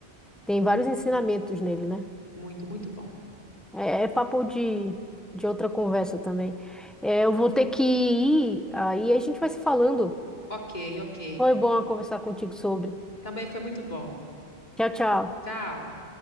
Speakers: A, in the centre; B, on the left.
A: tem vários ensinamentos nele, né?
B: Muito, muito bom.
A: É, é papo de, de outra conversa também. É, eu vou ter que ir, aí a gente vai se falando.
B: Ok, ok.
A: Foi bom conversar contigo sobre.
B: Também foi muito bom.
A: Tchau, tchau.
B: Tchau.